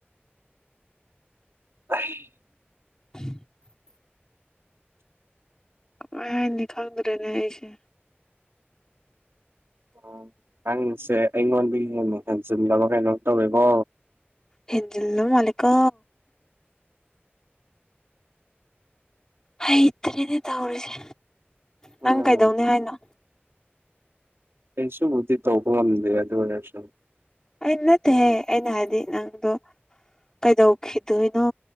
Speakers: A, on the right; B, on the left.
A: <unintelligible>
B: <inaudible> ꯀꯃꯥꯏ ꯍꯥꯏꯅꯤ ꯈꯪꯗ꯭ꯔꯦꯅꯦ ꯑꯩꯁꯦ꯫
A: ꯑꯣ ꯅꯪꯁꯦ ꯑꯩꯉꯣꯟꯗꯒꯤ ꯍꯦꯟꯅ ꯍꯦꯟꯖꯤꯟꯂꯕ ꯀꯩꯅꯣ ꯇꯧꯔꯦꯀꯣ꯫
B: ꯍꯦꯟꯖꯤꯜꯂꯕ ꯖꯥꯠꯅꯤꯀꯣ꯫ ꯍꯩꯇ꯭ꯔꯦꯅꯦ ꯇꯧꯔꯤꯁꯦ ꯅꯪ
A: ꯎꯝ
B: ꯀꯩꯗꯧꯅꯤ ꯍꯥꯏꯅꯣ꯫
A: ꯀꯩꯁꯨꯕꯨꯗꯤ ꯇꯧꯕ ꯉꯝꯗꯦ ꯑꯗꯨ ꯑꯣꯏꯔꯁꯨꯨ꯫
B: ꯑꯩ ꯅꯠꯇꯦꯍꯦ ꯑꯩꯅ ꯍꯥꯏꯗꯤ ꯅꯪꯗꯣ ꯀꯩꯗꯧꯈꯤꯗꯣꯏꯅꯣ